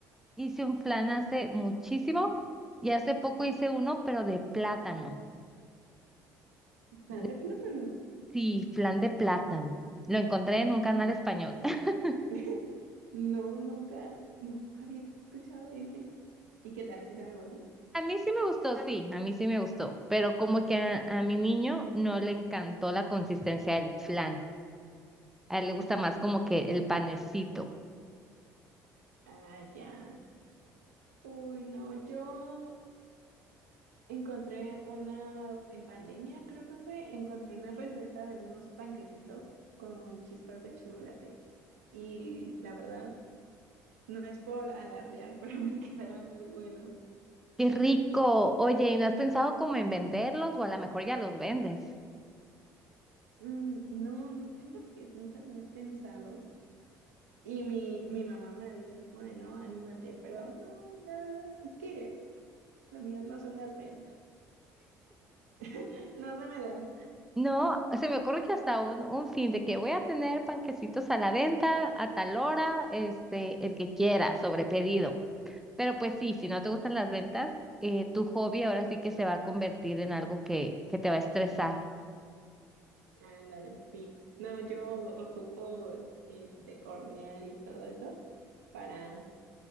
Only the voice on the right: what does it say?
Plan
de plátano.
<laughs> No, nunca, nunca había escuchado de ese. ¿Y qué tal? si sabe bueno?
Ah,
ok.
Ah, ya. Uy, no, yo encontré una, en pandemia creo que fue, encontré una receta de unos panquecitos con chispas de chocolate. Y la verdad, no es por alardear, <laughs> pero me quedaron muy buenos.
Mm, no, no, fíjate que nunca lo he pensado. Y mi, mi mamá me ha dicho así como de, no, anímate, pero no, la verdad es que lo mío no son las ventas. <laughs> No se me da.
Ándale, sí. No, yo ocupo este hornear y todo eso para